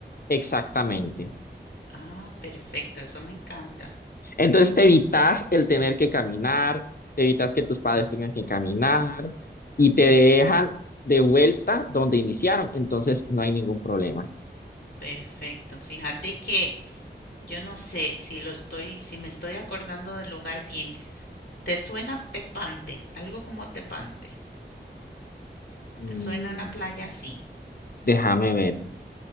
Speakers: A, on the left (about 55°); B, on the left (about 80°).
A: Exactamente.
B: Ah, perfecto, eso me encanta.
A: Entonces te evitas el tener que caminar, te evitas que tus padres tengan que caminar y
B: Mm,
A: te dejan de vuelta donde iniciaron. Entonces no hay ningún problema.
B: perfecto. Fíjate que yo no sé si lo estoy, si me estoy acordando del lugar bien. ¿Te suena Tepante? Algo como Tepante.
A: Mm,
B: ¿Te suena una playa así?
A: déjame ver,